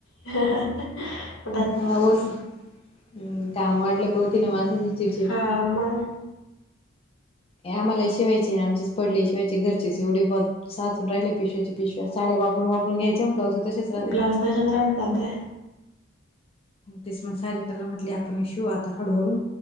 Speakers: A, on the left; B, on the left.
A: ह
B: हा होत हम् काम वाढलं की होती ना माणसाची चिडचिड
A: हां मग
B: आम्हाला शिवायचे नाय आमचीच पडली शिवायची घरचीच एवढी ब साचून राहिले पिशव्या पिशव्या साड्या वापरून वापरून घ्यायच्या म ब्लाउज तसेच राहते.
A: ब्लाऊज तशत राहून जाते
B: तेच मग सारिकाला म्हटले आपण शिउ आता हळूहळू